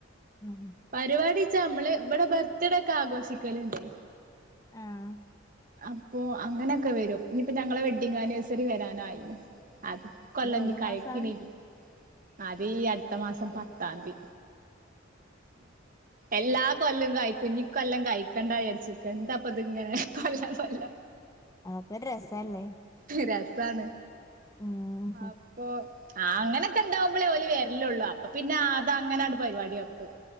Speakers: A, on the left; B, on the right.
A: ഉം
B: പരിപാടിച്ചാ നമ്മള് ഇവടെ ബർത്ത്ഡെ ഒക്കെ ആഘോഷിക്കല്ണ്ട്.
A: ആഹ്
B: അപ്പൊ അങ്ങനക്കെ വരും. ഇഞ്പ്പ ഞങ്ങളെ വെഡിങ് ആനിവേഴ്സറി വരാനായീണ്. അത് ഇക്കൊല്ലഞ്ഞ്
A: ഏതു
B: കഴിക്ക്ണേക്ക്
A: മാസാ
B: അതീ അട്ത്ത മാസം
A: അതെ
B: പത്താംദി. എല്ലാ കൊല്ലും കയിക്കും. ഇഞ്ഞിക്കൊല്ലം കഴിക്കണ്ടാ വിചാര്ച്ചിക്ക എന്താപ്പത്ങ്ങനെ കൊല്ലം കൊല്ലം
A: അതൊക്കൊരു രസ അല്ലേ.
B: രസാണ്
A: ഉം
B: അപ്പൊ ആഹ് ആങ്ങ ണ്ടാവുമ്പളേ ഓല് വര്ലൊള്ളൂ. അപ്പൊ പിന്നെ ആഹ് ദ അങ്ങന്യാണ്ട് പരിപാടിയാക്കും.